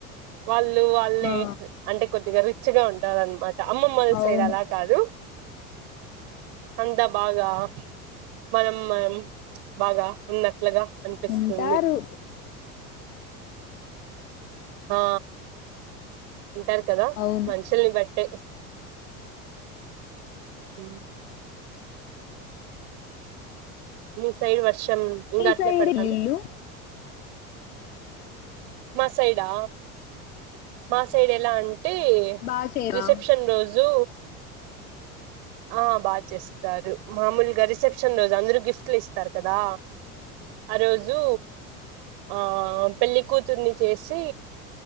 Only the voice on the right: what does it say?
వాళ్ళు వాళ్ళే
అంటే కొద్దిగా రిచ్ గా ఉంటారన్నమాట అమ్మొమ్మొల్ల
సైడ్ అలా కాదు అంతా బాగా మనం మనం బాగ ఉన్నట్లుగా అనిపిస్తుంది
హా అంటారు కదా
మనుషుల్ని బట్టే హు మీ సైడ్ వర్షం ఇంగ
అట్లే
పడతాంద
మా సైడా మా సైడ్ ఎలా అం <unintelligible>
రిసెప్షన్ రోజు ఆ బాగ చేస్తారు మామూలుగా రిసెప్షన్ రోజు అందరు గిఫ్ట్లు ఇస్తారు కదా ఆ రోజు ఆ పెల్లి కూతుర్ని చేసి